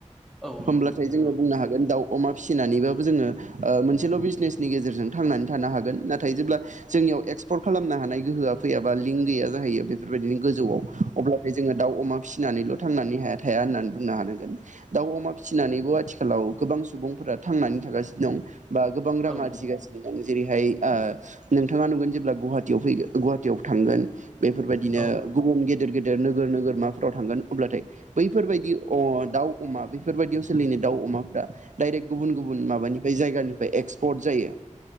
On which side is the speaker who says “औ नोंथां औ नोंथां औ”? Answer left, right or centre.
Centre